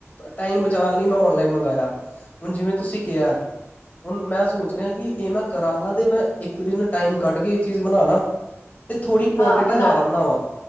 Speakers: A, on the left; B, on the left.
A: ਟਾਈਮ ਬਚਾਉਣ ਲਈ ਮੈਂ ਓਨਲਾਈਨ ਮੰਗਇਆ ਹੁਣ ਜਿਵੇਂ ਤੁਸੀਂ ਕਿਹਾ ਹੁਣ ਮੈਂ ਸੋਚ ਸੋਚ ਕਿ ਇਹ ਮੈਂ ਕਰਾਂਗਾ ਤੇ ਮੈਂ ਇੱਕ ਦਿਨ ਟਾਈਮ ਕੱਢ ਕੇ ਇਹ ਚੀਜ਼ ਬਣਾ ਲਾ। ਤੇ ਥੋੜ੍ਹੀ ਕੁਆਂਟਿਟੀ
B: ਹਾਂ ਬਣਾ
A: ਜ਼ਿਆਦਾ
B: ਲਓ
A: ਬਣਾਵਾਂ